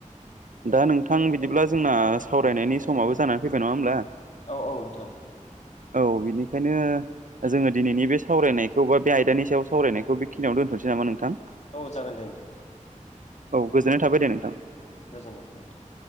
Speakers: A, on the right (about 75°); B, on the left (about 60°).
A: दा नोंथां बिदिब्ला जोंना सावरायनायनि समाबो जानानै फैबाय नङा होमब्ला?
B: औ औ नोंथां।
A: औ बिनिखायनो जोङो दिनैनि बे सावरायनायखौ बा बे आयदानि सायाव सावरायनायखौ बेखिनियाव दोन्थ'नोसै नामा नोंथां?
B: औ जागोन दे नोंथां।
A: औ गोजोननाय थाबाय दे नोंथां।
B: गोजोननाय थाबा नोंथां।